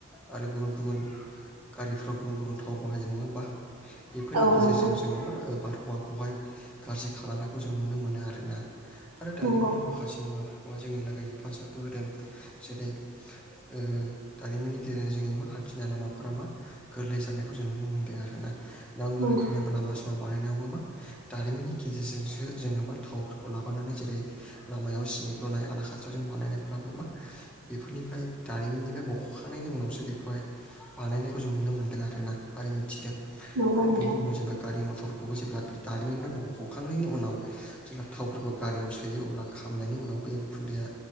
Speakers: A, in the centre; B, on the right (about 90°).
A: आरो गुबुन गुबुन गारिफ्राव गुबुन गुबुन थाव बाहायो नंङा होमबा बेफोरनि
B: औ
A: गेजेरजों
B: नंगौ
A: जोंङो मा ओ बारहावाखौहाय गाज्रि खालामनायखौ जों नुनो मोनो आरो ना। आरो दारिमिनना
B: नंगौ
A: माखासे मुवाफोरखौहाय जोंनि लागै हेफाजाबबो होदों जेरै ओ दारिमिननि गेजेरजों जोंनि मा हान्थिनाय लामाफोरा मा गोरलै जानाय खौ जों नुनो मोनदों आरो ना नांगौ
B: नंगौ
A: रोखोमनिब्ला लामा सामा बानायनायावबो मा दारिमिननि गेजेरजोंसो जोंङो मा थावफोरखौ लाबोनानै जेरै लामायाव सिमेट लुनाय आलाखाथा त्राजों बानायनायफ्राबो मा बेफोरनिफ्राय दारिमिननिफ्राय बख'खांनायनि उनावसो बेखौहाय बानायनायखौ जों नुनो मोन्दों आरोना ओरै मिथिदों
B: नंगौ
A: आरो
B: नोंथां
A: बेनि उनाव जेनेबा गारि मथरखौबो जेब्ला बि दारिमिनफ्राय बख'खांनायनि उनाव जेब्ला थावफोरखौ गारियाव सोयो अब्ला खामनायनि उनाव बे उखुन्दैया